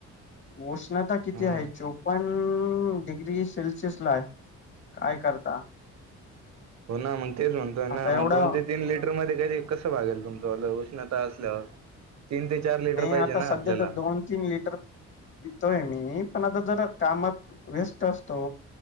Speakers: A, on the left; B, on the right.
A: उष्णता किती
B: हम्म
A: आहे चोपण डिग्री सेल्सिअस लाय काय करता.
B: हो ना मग तेच म्हणतोय ना
A: आता
B: मग
A: एवढं
B: दोन ते तीन लिटर मध्ये कधी कसंगेल तुमच उष्णता असल्यावर. तीन ते चार लिटर
A: नाही
B: पाहिजे
A: आता
B: ना
A: सध्या
B: आपल्याला
A: तर दोन तीन लिटर पितोय मी. नाही पण आता जर कामात. वेस्ट असतो